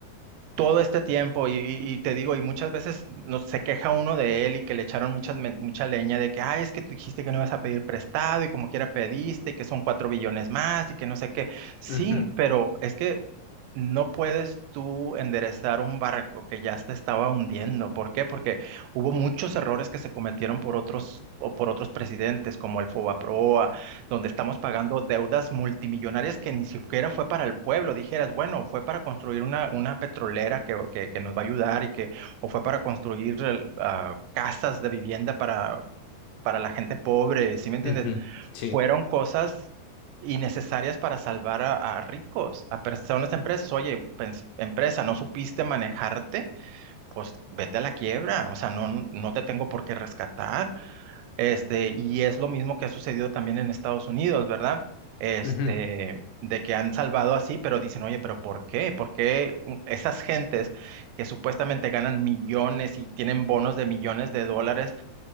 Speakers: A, on the right; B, on the left.
A: todo este tiempo y, y- y te digo, y muchas veces no, se queja uno de él y que le echaron mucha, mucha leña de que, ay, es que tú dijiste que no ibas a pedir prestado y como quiera pediste, y que son cuatro billones más y que no sé qué. Sí,
B: ujú,
A: pero es que no puedes tú enderezar un barco que ya se estaba hundiendo. ¿Por qué? Porque hubo muchos errores que se cometieron por otros o por otros presidentes como el Fobaproa donde estamos pagando deudas multimillonarias que ni siquiera fue para el pueblo. Dijeras, bueno, fue para construir una, una petrolera que, que, que nos va a ayudar y que, o fue para construir el, ah, casas de vivienda para, para la gente pobre, ¿sí me entiendes?
B: ujú, Sí.
A: Fueron cosas innecesarias para salvar a, a ricos, a personas, empresas. Oye, pens- empresa, ¿no supiste manejarte? Pues vete a la quiebra, o sea, no, no te tengo por qué rescatar. Este, y es lo mismo que ha sucedido también en Estados Unidos, ¿verdad? Este,
B: ujú,
A: de que han salvado así, pero dicen, oye, pero ¿por qué? ¿Por qué u- esas gentes que supuestamente ganan millones y tienen bonos de millones de dólares,